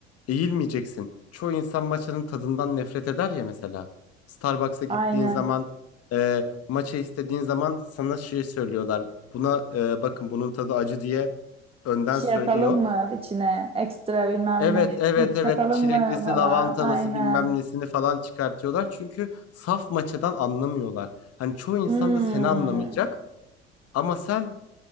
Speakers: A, on the left; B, on the right.
A: Eğilmeyeceksin. Çoğu insan maçanın tadından nefret eder ya mesela. Starbucks'a gittiğin
B: Aynen.
A: zaman e, maça istediğin zaman sana şey söylüyorlar. Buna e, bakın bunun tadı acı diye önden
B: Bir şey
A: söylüyor.
B: atalım mı içine? Ekstra bilmem
A: Evet
B: ne.
A: evet
B: Süt
A: evet
B: katalım
A: çileklisi
B: mı falan.
A: lavantalısı
B: Aynen.
A: bilmem nesini falan çıkartıyorlar. Çünkü saf maçadan anlamıyorlar. Hani çoğu insan
B: Hmm.
A: da seni anlamayacak ama sen